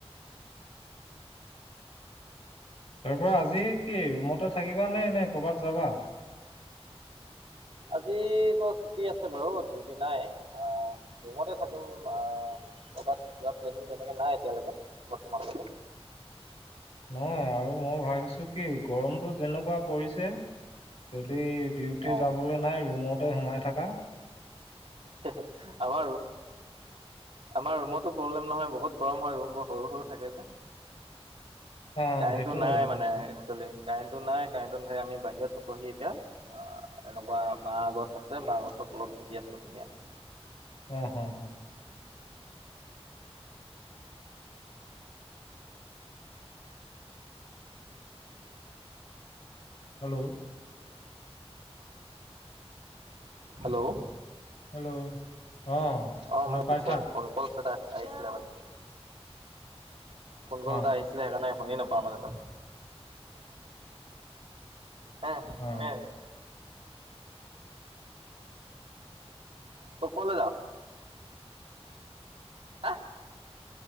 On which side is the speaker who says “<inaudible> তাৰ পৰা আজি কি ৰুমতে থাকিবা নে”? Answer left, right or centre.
Left